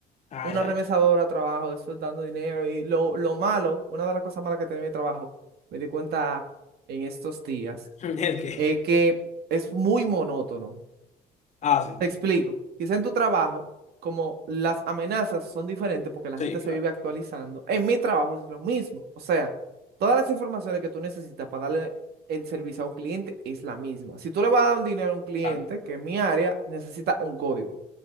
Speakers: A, on the left; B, on the right.
A: Ay,
B: una
A: ay,
B: remesadora,
A: ay.
B: trabajo, eso es dando dinero. Y lo, lo malo, una de las cosas malas que tiene mi trabajo, me di cuenta en estos días
A: <laughs> ¿El qué?
B: es que es muy monótono.
A: Ah, sí.
B: Te explico. Quizá en tu trabajo, como las amenazas son diferentes porque la
A: Sí,
B: gente se
A: claro.
B: vive actualizando, en mi trabajo es lo mismo. O sea, todas las informaciones que tú necesitas para darle el servicio a un cliente es la misma. Si tú le vas a dar un dinero a un cliente,
A: claro.
B: que en mi área necesita un código